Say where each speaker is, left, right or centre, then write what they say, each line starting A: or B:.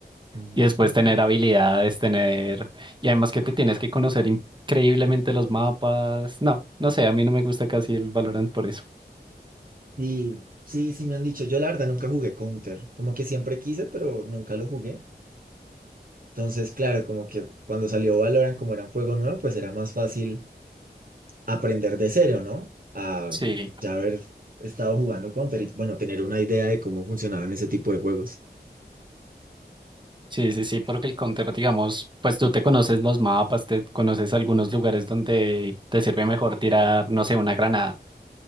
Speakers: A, on the right; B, on the right.
A: Mm.
B: Y después tener habilidades, tener... Y además que te tienes que conocer increíblemente los mapas. No, no sé, a mí no me gusta casi el Valorant por eso.
A: Y sí, sí me han dicho, yo la verdad nunca jugué Counter, como que siempre quise, pero nunca lo jugué. Entonces, claro, como que cuando salió Valorant, como era un juego nuevo, pues era más fácil aprender de cero, ¿no? A
B: Sí,
A: ya haber estado jugando Counter y, bueno, tener una idea de cómo funcionaban ese tipo de juegos.
B: sí, sí, sí, porque el counter, digamos, pues tú te conoces los mapas, te conoces algunos lugares donde te sirve mejor tirar, no sé, una granada.